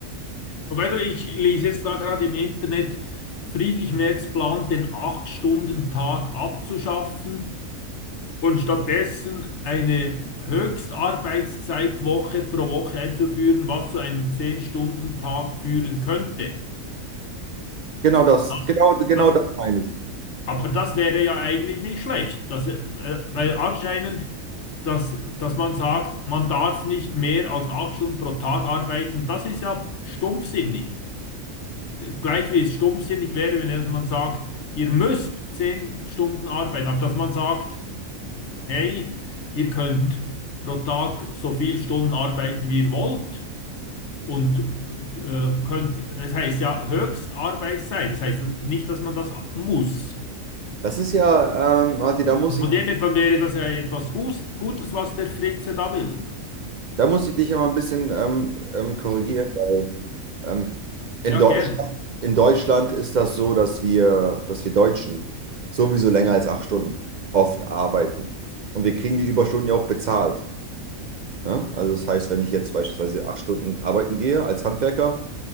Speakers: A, on the left (about 60°); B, on the right (about 80°).
A: Wobei du, ich lese jetzt da gerade im Internet, Friedrich Merz plant, den acht stunden tag abzuschaffen und stattdessen eine Höchstarbeitszeitwoche pro Woche einzuführen, was zu einem zehn stunden tag führen könnte.
B: Genau das,
A: Das,
B: genau, genau
A: das,
B: das meine ich.
A: aber das wäre ja eigentlich nicht schlecht, dass, äh, weil anscheinend, dass, dass man sagt, man darf nicht mehr als 8 Stunden pro Tag arbeiten, das ist ja stumpfsinnig. gleich wie es stumpfsinnig wäre, wenn man sagt, ihr müsst zehn Stunden arbeiten, aber dass man sagt, hey, ihr könnt pro Tag so viele Stunden arbeiten, wie ihr wollt und äh, könnt, das heißt ja Höchstarbeitszeit, das heißt nicht, dass man das muss.
B: Das ist ja, ähm, Martin, da muss
A: Also
B: ich,
A: von Ja. dem her, dann wäre das ja etwas Gus- Gutes, was der Fritze da will.
B: da muss ich dich ja mal ein bisschen ähm, ähm, korrigieren, weil ähm, in
A: Ja,
B: Deutschland,
A: gern.
B: in Deutschland ist das so, dass wir, dass wir Deutschen sowieso länger als acht Stunden oft arbeiten. Und wir kriegen die Überstunden ja auch bezahlt. Ne? Also das heißt, wenn ich jetzt beispielsweise acht Stunden arbeiten gehe als Handwerker,